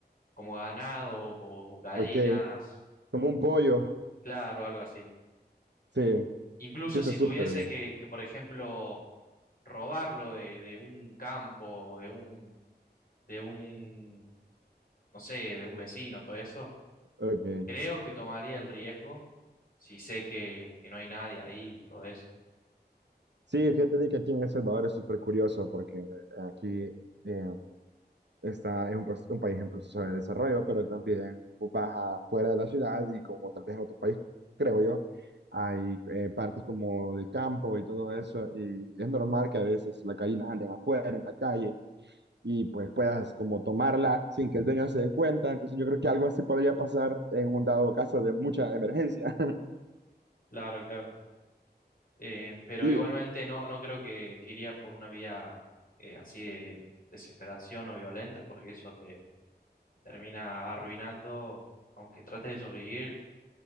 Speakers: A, on the left (about 55°); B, on the right (about 85°).
A: como ganado o gallinas,
B: ok. Como un pollo.
A: claro, algo así.
B: Sí,
A: Incluso
B: sí está
A: si
B: súper
A: tuviese
B: bien.
A: que, que, por ejemplo, robarlo de, de un campo, de un, de un, no sé, de un vecino, todo eso,
B: Ok.
A: creo que tomaría el riesgo si sé que, que no hay nadie ahí, todo eso.
B: Sí, fíjate de que aquí en El Salvador es súper curioso porque eh, aquí eh, está, es un, proce- un país en proceso de desarrollo, pero también vos vas afuera de la ciudad y como tal vez en otro país, creo yo, hay eh, partes como de campo y todo eso y es normal que a veces las gallinas anden afuera, en la calle y pues puedas como tomarla sin que el dueño se dé cuenta. Entonces yo creo que algo así podría pasar en un dado caso de mucha emergencia. <laughs>
A: Claro, claro. Eh, pero
B: Y
A: igualmente no, no creo que, que iría por una vía eh, así de desesperación o violenta, porque eso te termina arruinando, aunque trates de sobrevivir,